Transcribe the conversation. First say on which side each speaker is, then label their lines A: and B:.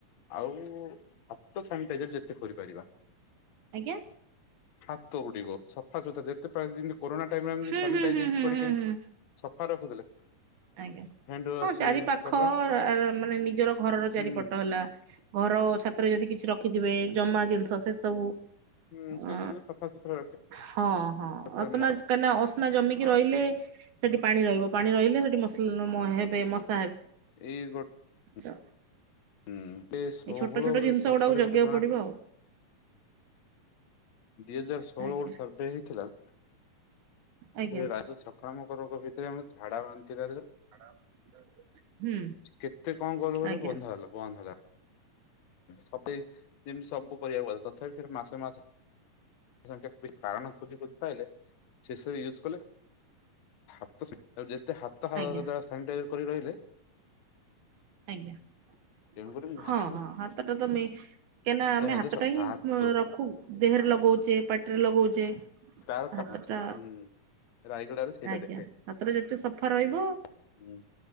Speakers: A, on the left (about 60°); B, on the right (about 70°).
A: ଆଉ ହାତ ସାନିଟାଇଜର ଯେତେ କରିପାରିବା।
B: ଆଜ୍ଞା
A: ହାତ ଗୁଡିକ ସଫାସତୁରା ଯେତେ ପାରିବ କରୋନା ଟାଇମିରେ ଆମେ
B: ହୁଁ
A: ଯଦି ସାନିଟାଇଜର
B: ହୁଁ ହୁଁ ହୁଁ
A: କରିକିରି
B: ହୁଁ ହୁଁ
A: ସଫା ହଁ ରଖୁଥିଲେ।
B: ଆଜ୍ଞା
A: ହ୍ୟାଣ୍ଡ ୱାସ
B: ହଁ ଚାରି
A: ୟୁଜ
B: ପାଖରା
A: କରିବା
B: ମାନେ ନିଜର ଘରର ଚାରିପଟ
A: ହୁଁ
B: ହେଲା ଘର ଛାତରେ ଯଦି କିଛି ରଖି ଥିବେ ଜମା ଜିନିଷ ସେ ସବୁ
A: ହୁଁ ସେଇଗୁଡିକ
B: ଅ
A: ସଫାସୁତୁରା
B: ହଁ ହଁ
A: ରଖିବା
B: ଅସନା କାହିଁକିନା ଅସନା ଜମିକି
A: ଅ
B: ରହିଲେ ସେଠି ପାଣି ରହିବ ପାଣି ରହିଲେ <unintelligible> <unintelligible>
A: ଏଇ ଗୋ ହୁଁ
B: ତ
A: ଏଇ ଷୋହୋଳରେ
B: ଛୋଟ ଛୋଟ ଜିନିଷ
A: ସତରରେ
B: ଗୁଡାକୁ ଜଗିବାକୁ
A: ଗୋଟେ ଜଣା
B: ପଡିବ
A: ପଡି
B: ଆଉ
A: ଦିହଜାର ଷୋହଳ
B: ଆଜ୍ଞା
A: ଗୋଟେ ସର୍ଭେ ହେଇଥିଲା। ସେ
B: ଆଜ୍ଞା
A: ରାଜ ଛା ଅନେକ ରୋଗ ଭିତରେ ଆମେ ଝାଡାବାନ୍ତି
B: <unintelligible> ହୁଁ
A: କେତେ କଣ କରି କରି
B: ଆଜ୍ଞା
A: ବନ୍ଧା ହେଲା ବନ୍ଦ ହେଲା ସତେଇଶି ଦିନ ଯେମିତି ସବୁ କରିବାକୁ ପଡିଲା ତଥାପି ସେ ମାସେ ମାସେ <unintelligible> କାରଣ ଖୋଜି ଖୋଜି ପାଇଲେ ଶେଷରେ ୟୁଜ କଲେ। ହାତ <unintelligible> ହାତ <unintelligible>
B: ଆଜ୍ଞା
A: ସାନିଟାଇଜର କରି ରହିଲେ।
B: ଆଜ୍ଞା ହଁ,
A: ତେଣୁକରି ମୁଁ ଭାବିଲି
B: ହଁ ହାତଟା ତମେ କାହିଁକିନା
A: ହାତ
B: ଆମେ
A: ମଧ୍ୟ
B: ହାତଟା ହିଁ
A: ହାତ ହୁଁ
B: ରଖୁ ଦେହରେ ଲଗ ଲଗଉଛେ ପାଟିରେ ଲଗଉଛେ
A: ତାର
B: ହାତଟା
A: କାମାକ୍ଷା ହୁଁ ରାଇଗଡାରେ ସେଇଟା
B: ଆଜ୍ଞା
A: ଦେଖେ।
B: ହାତଟା ଯେତେ ସଫା ରହିବ
A: ହୁଁ